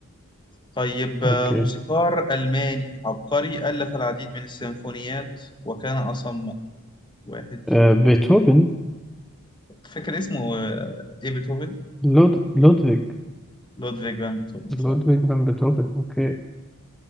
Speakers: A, on the left; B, in the centre.
A: طيب آه،
B: اوكي
A: موسيقار ألماني عبقري ألف العديد من السيمفونيات وكان أصم واحد
B: آه بيتهوفن
A: فاكر اسمه آه، إيه بيتهوفن؟
B: لود لودفيج
A: لودفيج فان بيتهوفن صح
B: لودفيج فان بيتهوفن اوكي